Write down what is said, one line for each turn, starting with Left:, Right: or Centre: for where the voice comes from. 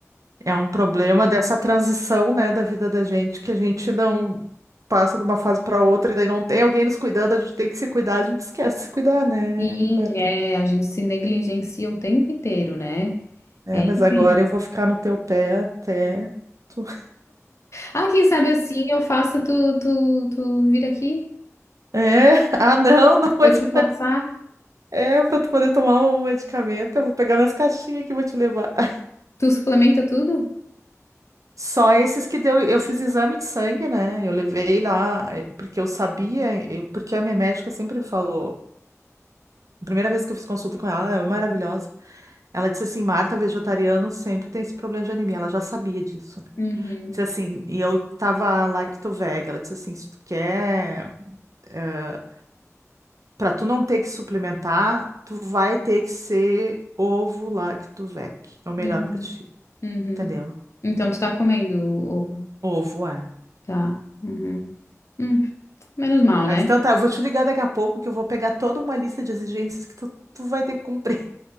Right: é um problema dessa transição, né, da vida da gente, que a gente não passa de uma fase para outra e daí não tem alguém nos cuidando, a gente tem que se cuidar, a gente esquece de se cuidar, né,
Left: Sim,
Right: Bárbara?
Left: é, a gente se negligencia o tempo inteiro, né?
Right: É,
Left: É
Right: mas
Left: incrível.
Right: agora eu vou ficar no teu pé até. tu- <laughs>
Left: Ah, quem sabe assim eu faço tu, tu, tu vir aqui?
Right: É, ah, não, não, mas.
Left: Vou te forçar.
Right: É, pra tu poder tomar o medicamento, eu vou pegar minhas caixinhas aqui e vou te levar. <laughs>
Left: Tu suplementa tudo?
Right: Só esses que deu, eu fiz exame de sangue, né? Eu levei lá, eh, porque eu sabia, eu- porque a minha médica sempre falou, a primeira vez que eu fiz consulta com ela, ela é maravilhosa. Ela disse assim, Marta, vegetariano sempre tem esse problema de anemia, ela já sabia disso.
Left: Uhum.
Right: Disse assim, e eu tava lactovega, ela disse assim, se tu quer, eh, pra tu não ter que suplementar, tu vai ter que ser ovo lactoveg, é o melhor
Left: Uhum.
Right: pra ti.
Left: Uhum.
Right: Entendeu?
Left: Então tu tá comendo ovo.
Right: ovo é,
Left: Tá. Uhum. Hum, menos mal,
Right: Mas
Left: né?
Right: então tá, eu vou te ligar daqui a pouco que eu vou pegar toda uma lista de exigências que tu, tu vai ter que cumprir.